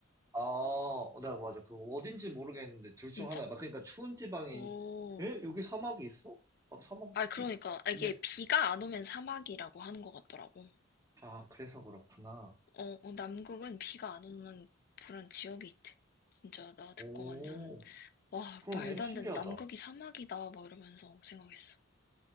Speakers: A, on the right (about 15°); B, on the left (about 45°).
A: 아, 나 맞아 그 어딘지 모르겠는데 둘
B: 진짜?
A: 중 하나야 막 그러니까 추운 지방에
B: 오.
A: 있- 에? 여기 사막이 있어? 막 사막이
B: 아, 그러니까
A: 근데
B: 이게 비가 안 오면 사막이라고 하는 것 같더라고.
A: 아 그래서 그렇구나
B: 어, 어, 남극은 비가 안 오는 그런 지역이 있대. 진짜 나 듣고
A: 오,
B: 완전 와,
A: 그러네.
B: 말도
A: 신기하다.
B: 안 되는 남극이 사막이다 막 이러면서 생각했어.